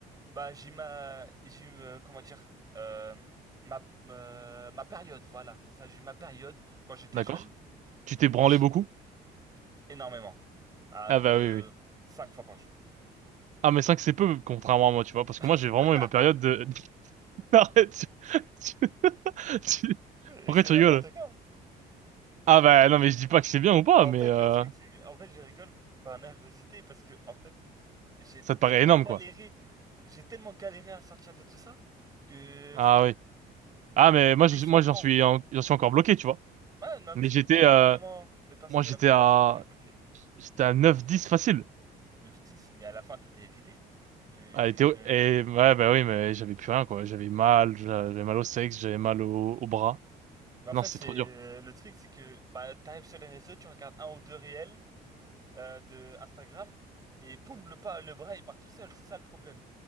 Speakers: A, on the right; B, on the right.
A: bah, j'ai ma, j'ai euh, comment dire, euh, ma, euh, ma période, voilà, c'est ça, j'ai eu ma période quand j'étais
B: D'accord?
A: jeune
B: Tu t'es
A: où
B: branlé
A: j'ai
B: beaucoup?
A: énormément, à
B: Ah,
A: coup
B: bah
A: de
B: oui, oui.
A: cinq fois par jour.
B: Ah, mais 5, c'est peu, contrairement à moi, tu vois, parce que
A: <laughs>
B: moi, j'ai vraiment eu ma période Arrête, tu- <laughs> tu-
A: Et
B: Pourquoi
A: c'est
B: tu
A: n'importe
B: rigoles?
A: quoi.
B: Ah bah non mais je dis pas que c'est bien ou pas,
A: Bah, en
B: mais
A: fait,
B: euh,
A: le truc, c'est, en fait, je rigole par nervosité parce que, en fait, j'ai
B: ça
A: tellement
B: te paraît énorme
A: galéré,
B: quoi.
A: j'ai tellement galéré à sortir de tout ça que
B: Ah oui. Ah mais moi
A: Mais
B: je,
A: je
B: moi
A: comprends.
B: j'en suis en- j'en suis encore bloqué tu vois.
A: Ouais, non, mais
B: Mais
A: je
B: j'étais
A: comprends. Énormément
B: euh,
A: de personnes
B: moi j'étais
A: de la population
B: à
A: est bloquée.
B: j'étais à 9-10 facile.
A: neuf dix mais à la fin, t'étais vidé. Tu,
B: Ah,
A: tu
B: et, Théo-
A: ne...
B: et ouais bah oui mais j'avais plus rien quoi. J'avais mal, j'avais mal au sexe, j'avais mal au, au bras.
A: Mais en
B: Non
A: fait,
B: c'était
A: c'est
B: trop dur.
A: le truc, c'est que bah, t'arrives sur les réseaux, tu regardes un ou deux réels euh, de Instagram, et boum, le pas, le bras, il part tout seul. C'est ça le problème.